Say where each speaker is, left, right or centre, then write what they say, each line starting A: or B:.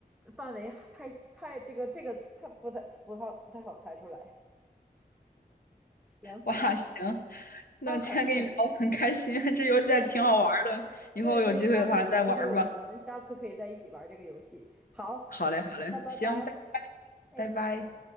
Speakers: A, in the centre; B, on the left.
A: 范围太太这个这个猜不太不好不太好猜出来。行，
B: 哇，行，那今天跟你聊很开心，
A: 那很很 <laughs>
B: <laughs> 这游戏还挺好玩儿的，
A: 对呀
B: 以后有机会的话再玩儿吧。
A: 对对，希望有机会我们下次可以在一起玩这个游戏。好，
B: 好嘞，好嘞，
A: 那拜拜。
B: 行，拜拜，
A: 哎。
B: 拜拜。